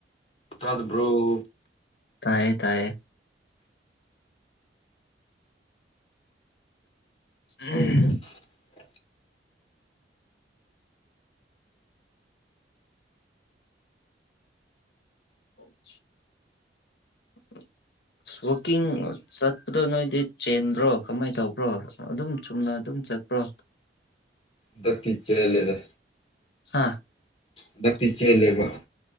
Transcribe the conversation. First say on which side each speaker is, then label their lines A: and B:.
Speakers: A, on the left; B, on the left.
A: ꯇꯗꯕ꯭ꯔꯣ
B: ꯇꯥꯢꯌꯦ ꯇꯥꯢꯌꯦ ꯑꯝ
A: <inaudible>
B: ꯍꯧ ꯖꯤ <inaudible> ꯑꯁ ꯋꯥꯛꯀꯤꯡ ꯆꯠꯄꯗꯣ ꯅꯣꯢꯗꯤ ꯆꯦꯟꯕ꯭ꯔꯣ ꯀꯃꯥꯢꯅ ꯇꯧꯕ꯭ꯔꯣ ꯑꯗꯨꯝ ꯆꯨꯝꯅ ꯑꯗꯨꯝ ꯆꯠꯄ꯭ꯔꯣ
A: ꯗ ꯀꯈꯤ ꯆ ꯂꯩꯗ
B: ꯍꯥꯥ
A: ꯍꯟꯗꯛꯇꯤ ꯆꯦꯜꯂꯦꯕ